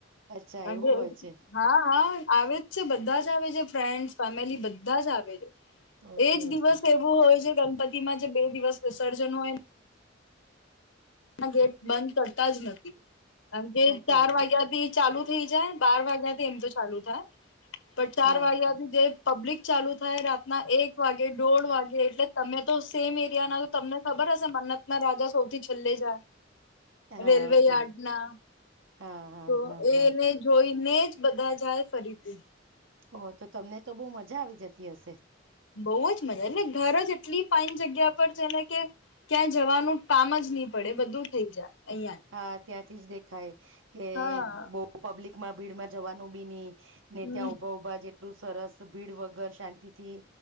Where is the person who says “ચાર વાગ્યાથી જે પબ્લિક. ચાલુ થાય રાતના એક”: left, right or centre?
Left